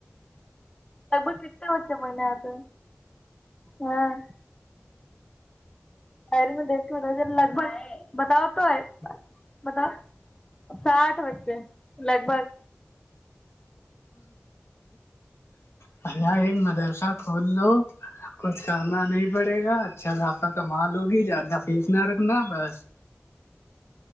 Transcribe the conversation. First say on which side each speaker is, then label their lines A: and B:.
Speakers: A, on the left; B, on the left.
A: لگ بگ کتنے وچے پنے آ تو ہاں شری میں دیکھ کے ب لگ بھگ بتاؤ تو بتاؤ ساٹ وچچے لگ بھگ
B: پیا ایک مدرسہ کھول لو کچھ کرنا نہیں پڑے گا اچھا زافہ کمال ل ہوگی زیادہ فیس نہ رکھنا بس